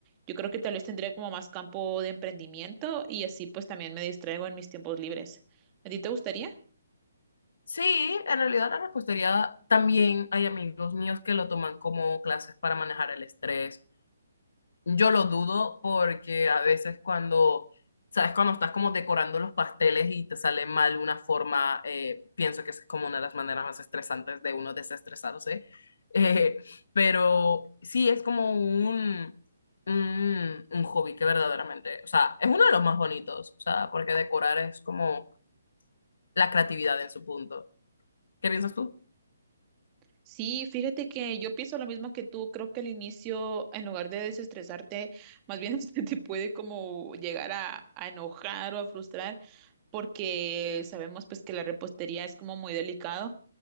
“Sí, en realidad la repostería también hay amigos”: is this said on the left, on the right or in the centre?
Left